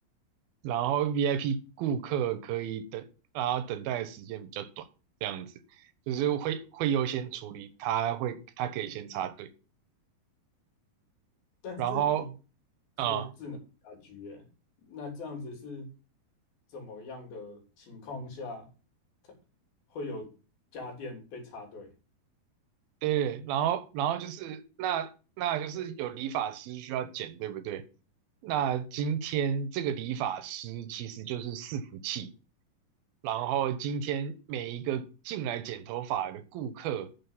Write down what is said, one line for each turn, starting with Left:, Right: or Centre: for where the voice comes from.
Right: 然后 VIP 顾客可以等，然后等待的时间比较短，这样子就是会会优先处理，他会他可以先插队，
Left: 但是你
Right: 然后啊、
Left: 是智能家居耶，
Right: 嗯
Left: 那这样子是怎么样的情况下，它会有家电被插队？
Right: 对对，然后然后就是那那就是有理发师需要剪，对不对？那今天这个理发师其实就是伺服器，然后今天每一个进来剪头发的顾客，